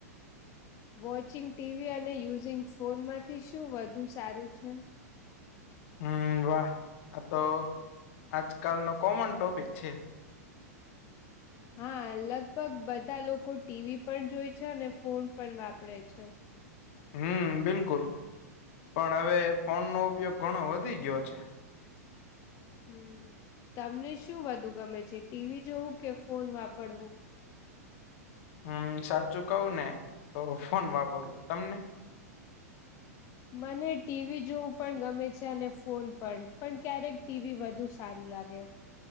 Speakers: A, on the left; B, on the left.
A: વોચિંગ ટીવી અને યુઝિંગ ફોન માંથી શું વધુ સારું છે?
B: હમ્મ, વાહ આ તો આજકાલનો કોમન ટોપિક છે.
A: હા, લગભગ બધા લોકો ટીવી પણ જોય છે અને ફોન પણ વાપરે છે.
B: હમ્મ, બિલકુલ પણ હવે ફોનનો ઉપયોગ ઘણો વધી ગયો છે.
A: હમ્મ, તમને શું વધુ ગમે છે, ટી વી જોવું કે ફોન વાપરવું?
B: હમ સાચું કવું ને તો ફોન વાપરવું તમને. <inaudible>
A: મને ટીવી જોવું પણ ગમે છે અને ફોન પણ પણ ક્યારેક ટીવી વધુ સારું લાગે.